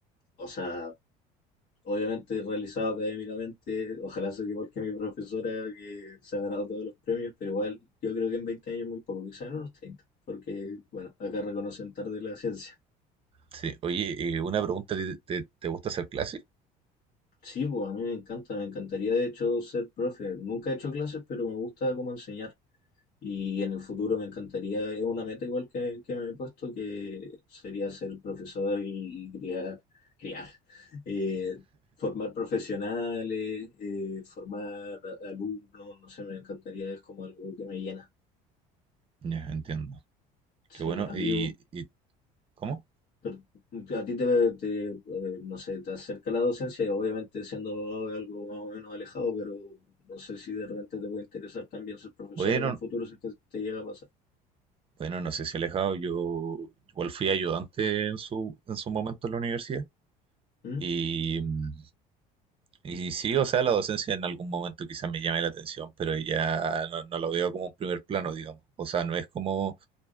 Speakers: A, on the left; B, on the right.
A: o sea, obviamente realizado académicamente, ojalá sea igual que mi profesora que se ha ganado todos los premios, pero igual yo creo que en 20 años es muy poco, quizás en unos 30 porque bueno, acá reconocen tarde la ciencia.
B: sí. Oye, eh, una pregunta, ¿te, te, te gusta hacer clases?
A: Sí, pues a mí me encanta, me encantaría de hecho ser profe. Nunca he hecho clases, pero me gusta cómo enseñar. Y en el futuro me encantaría, es una meta igual que, que me he puesto, que sería ser profesor y, y criar, criar, eh, formar profesionales, eh, formar a- alumnos, no sé, me encantaría, es como algo que me llena.
B: Ya, entiendo. Qué
A: Sí,
B: bueno. ¿Y,
A: a ti,
B: y cómo?
A: per- a ti te, te, eh, no sé, te acerca la docencia y obviamente siendo abogado es algo más o menos alejado, pero no sé si de repente te puede interesar también ser profesor
B: Bueno,
A: en un futuro si es que te llega a pasar.
B: bueno, no sé si alejado. Yo igual fui ayudante en su, en su momento en la universidad.
A: ¿Mm?
B: Y, mm, y sí, o sea, la docencia en algún momento quizás me llame la atención, pero ya no, no lo veo como un primer plano, digamos. O sea, no es como